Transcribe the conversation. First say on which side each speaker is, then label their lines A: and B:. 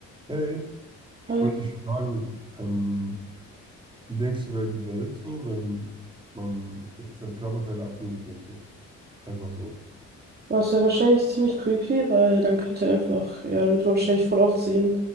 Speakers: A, on the right; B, on the right.
A: Hey, ich
B: Hi.
A: wollte dich fragen, ähm, wie denkst du, wäre die Welt so, wenn man jetzt seine Körperteile abnehmen könnte? Einfach so.
B: Was ja wahrscheinlich ziemlich creepy, weil dann könnte er einfach, ja, dann wird man wahrscheinlich voll oft sehen,